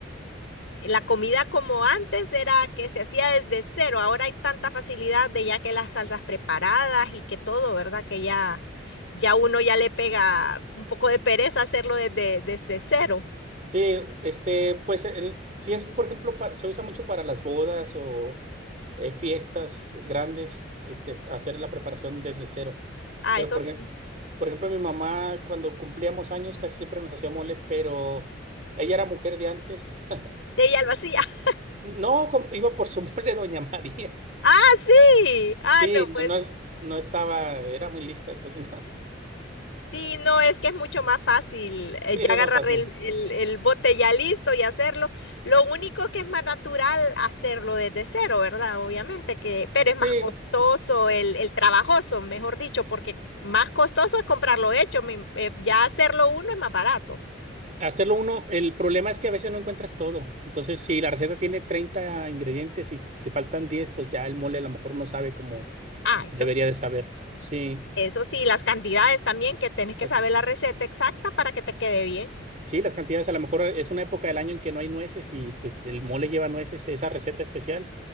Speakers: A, on the left; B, on the right.
A: La comida como antes era que se hacía desde cero, ahora hay tanta facilidad de ya que las salsas preparadas y que todo, ¿verdad? Que ya, ya uno ya le pega un poco de pereza hacerlo desde, desde cero.
B: sí, este, pues el- sí es, por ejemplo, pa- se usa mucho para las bodas o eh, fiestas grandes, este, hacer la preparación desde cero.
A: Ah,
B: Pero
A: eso
B: por
A: sí.
B: ejemplo, por ejemplo, mi mamá cuando cumplíamos años casi siempre nos hacía mole, pero ella era mujer de antes. <laughs>
A: Ella lo hacía. <laughs>
B: No, comp- iba por su <laughs> mole Doña María.
A: Ah, sí. Ah,
B: Sí,
A: no,
B: no,
A: pues
B: no, no estaba, era muy lista, entonces no.
A: Sí, no, es que es mucho más fácil
B: <laughs>
A: eh,
B: Sí,
A: ya
B: era
A: agarrar
B: más fácil.
A: el, el, el bote ya listo y hacerlo. Lo único que es más natural hacerlo desde cero, ¿verdad? Obviamente que, pero es
B: Sí,
A: más costoso, el, el trabajoso, mejor dicho, porque más costoso es comprarlo hecho, mi- eh, ya hacerlo uno es más barato.
B: Hacerlo uno, el problema es que a veces no encuentras todo. Entonces, si la receta tiene 30 ingredientes y te faltan diez pues ya el mole a lo mejor no sabe como
A: Ah, eso
B: debería
A: sí,
B: de saber. Sí.
A: eso sí, las cantidades también, que tenés que
B: Las-
A: saber la receta exacta para que te quede bien.
B: Sí, las cantidades, a lo mejor es una época del año en que no hay nueces y pues el mole lleva nueces, esa receta especial,